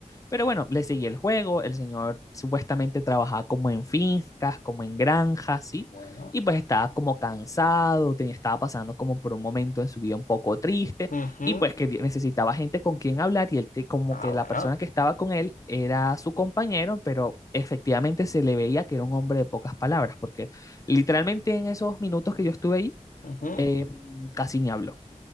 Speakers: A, on the left; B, on the left.
A: pero bueno, le seguí el juego, el señor supuestamente trabajaba como en fincas, como en granjas, ¿sí?
B: bueno.
A: Y pues estaba como cansado, tenía, estaba pasando como por un momento en su vida un poco triste
B: Ujú.
A: y pues que necesitaba gente con quien hablar y él te- como
B: Ah,
A: que la
B: bueno.
A: persona que estaba con él era su compañero, pero efectivamente se le veía que era un hombre de pocas palabras porque literalmente en esos minutos que yo estuve ahí
B: Ujú.
A: eh, casi ni habló. <laughs>